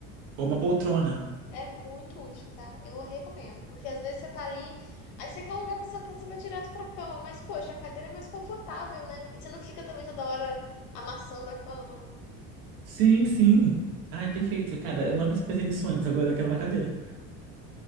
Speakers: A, on the right; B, on the left.
A: ou uma poltrona.
B: É muito útil, tá? Eu recomendo, porque às vezes você tá ali, aí você quer um lugar pra sentar, você vai direto pra cama, mas poxa, a cadeira é mais confortável, né? E você não fica também toda hora amassando a cama,
A: Sim, sim. Ai, perfeito. Cara, eu não pensei nisso antes, agora eu quero uma cadeira.